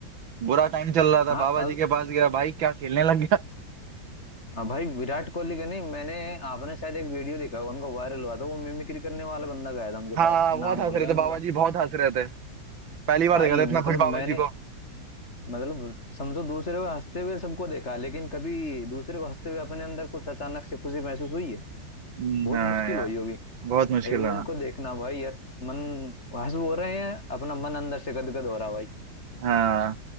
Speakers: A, on the right (about 90°); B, on the left (about 35°).
A: बुरा टाइम चल रहा था
B: हाँ
A: बाबा
B: अब
A: जी के पास गया भाई क्या खेलने लग गया
B: हाँ भाई विराट कोहली के नहीं मैंने आपने शायद एक वीडियो देखा होगा उनका वायरल हुआ था वो मिमिक्री करने वाला बंदा गया था उनके
A: हाँ
B: पास नाम
A: बहुत हंस
B: भूल
A: रहे
B: गया
A: थे
B: मैंने
A: बाबा
B: कहा
A: जी बहुत हंस रहे थे पहली बार
B: भाई
A: देखा था इतना
B: मतलब
A: खुश
B: मैंने
A: बाबा जी को
B: मतलब समझो दूसरे को हंसते हुए सबको देखा लेकिन कभी दूसरे को हंसते हुए अपने अंदर कुछ अचानक से खुशी महसूस हुई है
A: हम्म,
B: बहुत
A: हाँ
B: मुश्किल
A: यार
B: हुई होगी
A: बहुत मुश्किल
B: एक बार
A: है
B: उनको देखना भाई यत- मन हंस हो रहे हैं अपना मन अंदर से गदगद हो रहा भाई
A: हाँ